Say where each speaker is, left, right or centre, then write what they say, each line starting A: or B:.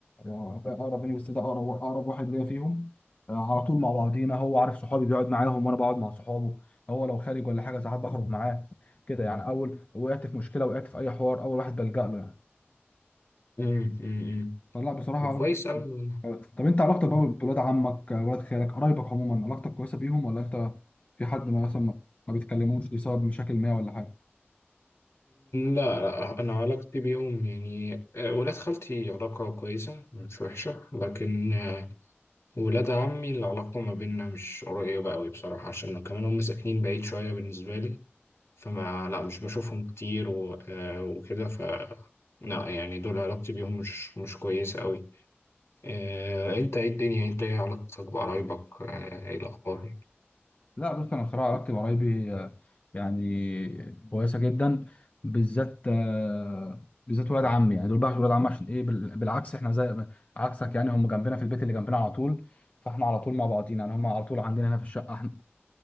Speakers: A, on the left; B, on the left.
A: هو بقى اقرب مني في السن ده اقرب اقرب واحد ليا فيهم آه، على طول مع بعضينا هو عارف صحابي بيقعد معاهم وانا بقعد مع صحابه هو لو خارج ولا حاجه ساعات بخرج معاه كده يعني اول وقعت في مشكله وقعت في اي حوار اول واحد بلجأ له يعني
B: أمم، أمم، أمم.
A: فلا بصراحه
B: طب كويس أوي
A: طب انت علاقتك
B: لا
A: بقى بولاد عمك ولاد خالك قرايبك عموما علاقتك كويسه بيهم ولا انت في حد ما مثلا ما ما بيتكلموش بسبب مشاكل ما ولا حاجه
B: لا أنا علاقتي بيهم يعني آه، ولاد خالتي علاقة كويسة مش وحشة لكن آه، ولاد عمي العلاقة ما بيننا مش قريبة أوي بصراحة عشان كمان هم ساكنين بعيد شوية بالنسبة لي فما لا مش بشوفهم كتير و- آه، وكده ف لا يعني دول علاقتي بيهم مش مش كويسة أوي آه، أنت إيه الدنيا أنت إيه علاقتك بقرايبك آه، إيه الأخبار؟
A: لا بص انا بصراحه علاقتي بقرايبي آه، يعني كويسه جدا بالذات آه، بالذات ولاد عمي يعني دول بقى ولاد عمي عشان ايه بال- بالعكس احنا زي عكسك يعني هم جنبنا في البيت اللي جنبنا على طول فاحنا على طول مع بعضينا يعني هم على طول عندنا هنا في الشقه احنا